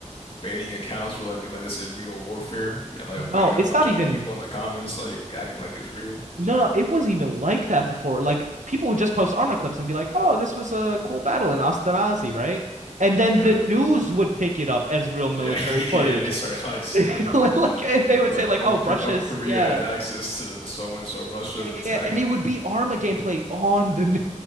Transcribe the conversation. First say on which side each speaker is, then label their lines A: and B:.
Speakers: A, on the left; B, on the right.
A: baiting accounts will like be like this is real warfare and like
B: No,
A: but you got
B: it's
A: a bunch
B: not
A: of
B: even
A: old people in the comments like acting like it's real.
B: No, no, it wasn't even like that before. Like people would just post armor clips and be like, "Oh, this was a cool battle in Ashkenazi, right?" And then the
A: Yeah.
B: news would pick it up as real military
A: Yeah.
B: footage.
A: <laughs> Yeah, and they start like saying
B: <laughs> Like and they would
A: Like
B: say, like,
A: North
B: "Oh, Russia's
A: Kor- North Korea
B: yeah."
A: has access to so and so. Russia's
B: Yeah,
A: attacking.
B: yeah, yeah. And it would be Arma
A: Yeah,
B: gameplay on the